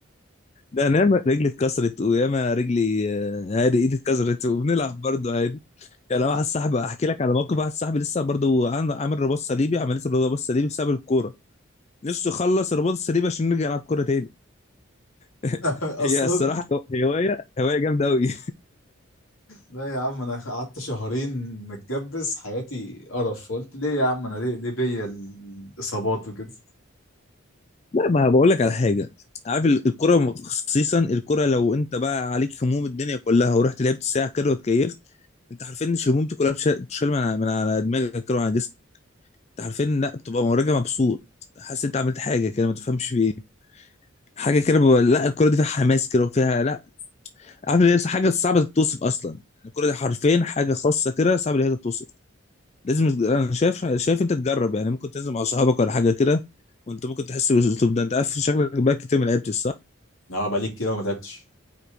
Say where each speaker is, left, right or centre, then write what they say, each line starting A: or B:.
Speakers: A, on the left (about 30°); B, on the left (about 80°).
A: ده انا ياما رجلي اتكسرت وياما رجلي آه، عادي ايدي اتكسرت وبنلعب برضه عادي يعني أنا واحد صاحبي احكي لك على موقف واحد صاحبي لسه برضه عن- عامل رباط صليبي عمليه الرباط الصليبي بسبب الكوره نفسه يخلص الرباط الصليبي عشان نرجع نلعب كوره تاني <laughs>
B: <laughs>
A: هي
B: اصلا
A: الصراحه هوايه هوايه جامده قوي <laughs>
B: لا يا عم انا قعدت شهرين متجبس حياتي قرف قلت ليه يا عم انا ليه ليه بيا الاصابات وكده
A: لا ما بقول لك على حاجه عارف ال- الكرة خصيصا الكرة لو انت بقى عليك هموم الدنيا كلها ورحت لعبت ساعة كده واتكيفت انت حرفيا مش همومتي كلها بتش- بتشال من على من على دماغك كده وعلى جسمك عارفين لا بتبقى مراجع مبسوط حاسس انت عملت حاجه كده ما تفهمش في ايه حاجه كده ببقى- لا الكوره دي فيها حماس كده وفيها لا عارف ليه حاجه صعبه تتوصف اصلا يعني الكوره دي حرفين حاجه خاصه كده صعب ان هي تتوصف لازم تج- انا شايف شايف انت تجرب يعني ممكن تنزل مع صحابك ولا حاجه كده وانت ممكن تحس بالاسلوب ده انت عارف شكلك بقى كتير ما لعبتش صح؟
B: اه بقالي كتير أوي ما لعبتش